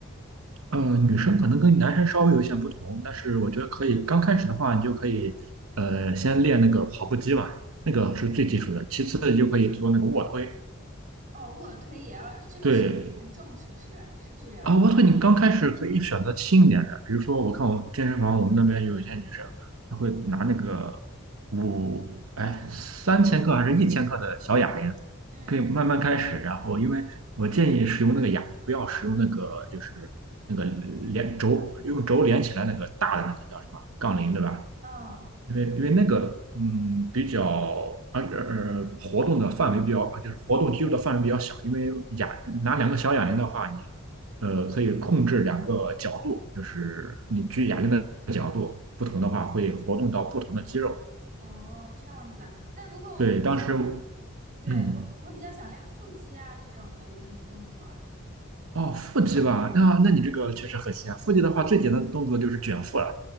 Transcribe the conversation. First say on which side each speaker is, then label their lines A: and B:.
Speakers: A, on the right (about 80°); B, on the right (about 35°).
A: 呃，女生可能跟男生稍微有一些不同，但是我觉得可以，刚开始的话，你就可以，呃，先练那个跑步机吧，那个是最基础的。其次，你就可以做那个卧推。
B: 哦，卧推也要，这个是很重，
A: 对，
B: 是不是？是不是也要？
A: 啊，卧推你刚开始可以选择轻一点的，比如说，我看我们健身房，我们那边有一些女生，她会拿那个五，哎，三千克还是一千克的小哑铃，
B: 嗯，
A: 可以慢慢开始，然后因为我建议使用那个哑铃，不要使用那个就是那个连轴用轴连起来那个大的那个叫什么杠铃，对吧？
B: 嗯，
A: 因为因为那个嗯比较而呃活动的范围比较就是活动肌肉的范围比较小，因为哑拿两个小哑铃的话，你呃可以控制两个角度，就是你举哑铃的角度不同的话，会活动到不同的肌肉。
B: 哦，这样子啊。那如果我比较想，
A: 对，当时
B: 对，
A: 嗯
B: 我我比较想练腹肌啊这种的，有什么动作啊？
A: 哦，腹肌吧，那那你这个确实很像。腹肌的话，最简单的动作就是卷腹了。